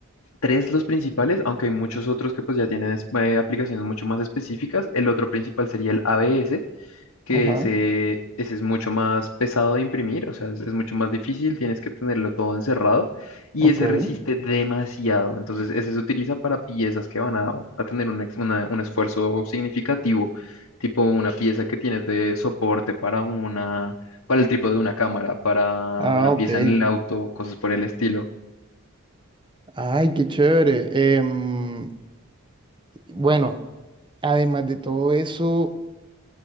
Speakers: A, on the left (about 80°); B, on the right (about 20°).
A: tres los principales, aunque hay muchos otros que pues ya tienen es- eh, aplicaciones mucho más específicas. El otro principal sería el ABS, que
B: Ajá,
A: ese, ese es mucho más pesado de imprimir, o sea, es, es mucho más difícil, tienes que tenerlo todo encerrado y
B: ok.
A: ese resiste demasiado. Entonces, ese se utiliza para piezas que van a, a tener un, ex- una- un esfuerzo significativo, tipo una pieza que tienes de soporte para una, para el trípode de una cámara, para
B: Ah,
A: una
B: ok.
A: pieza en el auto, cosas por el estilo.
B: Ay, qué chévere. Em, bueno, además de todo eso,